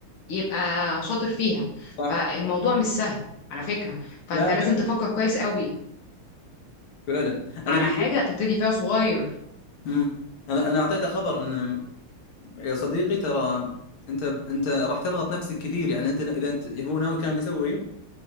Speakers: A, on the left; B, on the left.
A: يبقى شاطر فيها
B: صح
A: فالموضوع مش سهل على فكرة فانت
B: لا لا
A: لازم تفكر كويس قوي
B: فعلا أنا
A: على
B: قلت
A: حاجة تبتدي فيها صغير
B: مم. أنا أنا أعطيته خبر إنه يا صديقي ترى انت انت راح تضغط نفسك كثير يعني انت اذا انت هو ناوي كان يسوي